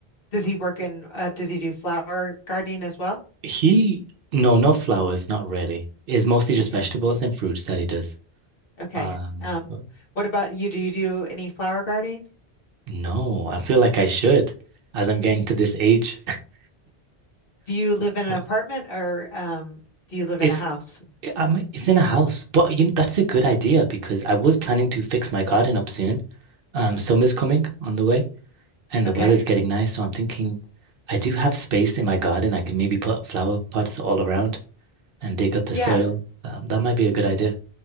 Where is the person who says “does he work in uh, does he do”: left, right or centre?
Left